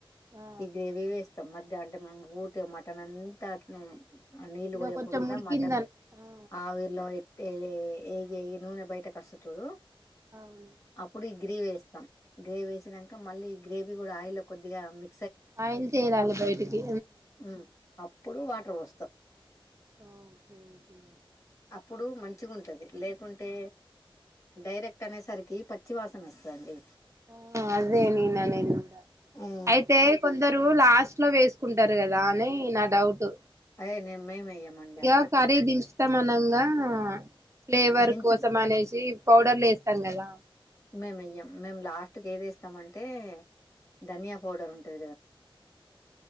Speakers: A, on the right; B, on the left.
A: ఆ
B: ఈ గ్రేవీ వేస్తాం మధ అంట మూ అ మటన్ అంతా అను నీలు
A: ఇగ
B: పోయ్యకుంట
A: కొంచెం ఉడికిందని
B: మటన్
A: ఆ
B: ఆవిరిలో అయి ఇగ నూనె బయటకస్త చూడు
A: అవును
B: అప్పుడు ఈ గ్రేవీ స్ గ్రేవీ వేసినాక మళ్ళీ ఈ గ్రేవీ కూడా ఆయిల్లో కొద్దిగా మి
A: ఆయిల్ తేలాల బయటికి
B: ఉమ్ అప్పుడు వాటర్ పోస్తాం
A: ఆఓకే ఓకే
B: అప్పుడు మంచిగా ఉంటది లేకుంటే డైరెక్ట్ అనేసరికి పచ్చివాసన వస్తుంది
A: ఆ అదే నేననేది
B: ఉమ్,
A: అయితే కొందరు రు లాస్ట్ లో వేసు కుంటారు కదా అని నా డౌట్
B: అదే నేను మేము వెయ్యమండి
A: ఇగ
B: అట్లా
A: కర్రీ దించు తమనంగా ఫ్లేవర్
B: దించు
A: కోసం అనేసి పౌడర్లు వేస్తం కదా
B: మేము ఎయ్యం మేము లాస్ట్కి ఏదేస్తామంటే ధనియా పౌడర్ ఉంటది కదా